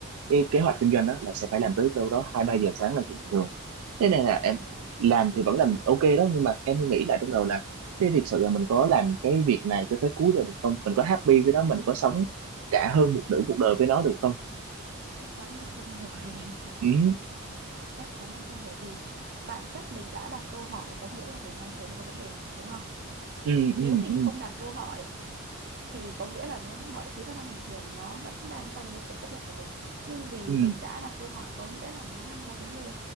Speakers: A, on the right; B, on the right.
A: cái kế hoạch kinh doanh đó là sẽ phải làm tới đâu đó hai ba giờ sáng là chuyện bình thường thế này là
B: chị
A: em
B: hiểu
A: làm thì vẫn làm ok đó nhưng mà em nghĩ lại trong đầu là thế thực sự là mình có làm cái việc này cho tới cuối được được không mình có happy với nó mình
B: <laughs>
A: có sống cả hơn một nửa cuộc đời với nó được không
B: chắc chắn là không rồi <laughs>
A: ừ
B: chắc chắn là không bởi vì bản chất mình đã đặt câu hỏi có nghĩa là mình đang thấy nó có vấn đề đúng không
A: ừ ừ
B: nếu mình
A: ừ
B: không đặt câu hỏi thì có nghĩa là nó mọi thứ nó đang bình thường nó vẫn đang trong cái sự chấp nhận của mình nhưng vì
A: ừ,
B: mình đã đặt câu hỏi có nghĩa là nó đang có vấn đề